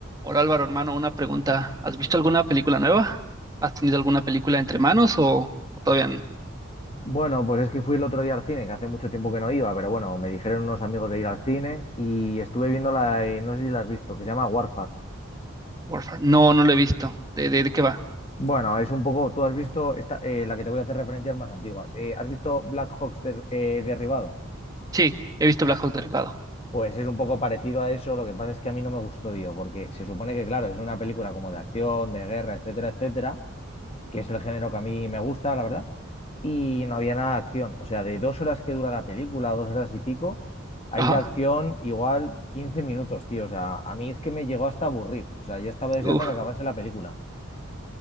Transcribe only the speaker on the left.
Bueno, pues es que fui el otro día al cine, que hace mucho tiempo que no iba, pero bueno, me dijeron unos amigos de ir al cine y estuve viendo la, eh, no sé si la has visto, que se llama Warfare.
Bueno, es un poco, tú has visto esta, eh, la que te voy a hacer referencias más antiguas. Eh, ¿has visto Black Hawks der- eh, derribado?
Pues es un poco parecido a eso, lo que pasa es que a mí no me gustó, tío, porque se supone que, claro, es una película como de acción, de guerra, etcétera, etcétera, que es el género que a mí me gusta, la verdad, y no había nada de acción. O sea, de dos horas que dura la película, dos horas y pico, hay
de acción igual 15 minutos, tío. O sea, a mí es que me llegó hasta a aburrir. O sea, ya estaba deseando
que acabase la película.